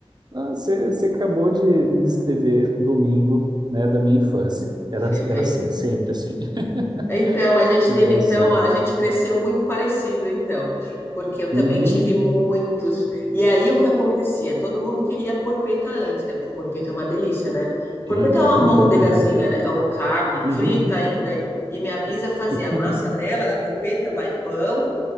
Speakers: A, on the right (about 45°); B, on the left (about 20°).
A: Ah, Você você acabou de descrever o domingo, né, da minha infância. Era,
B: Você vê.
A: era assim, sempre assim. <laughs>
B: Então, a gente
A: Que
B: teve,
A: engraçado.
B: então, a gente cresceu muito parecido, então, porque eu também
A: Uhum.
B: tive muitos. E aí o que acontecia? Todo mundo queria porpeta antes, né? Porque porpeta é uma delícia, né? Porpeta
A: Tinha carne,
B: é uma almôndegazinha,
A: né? Aham.
B: né? Ou carne
A: Uhum.
B: frita ainda. E minha bisa fazia
A: <laughs> Uhum.
B: a massa dela, da porpeta vai pão,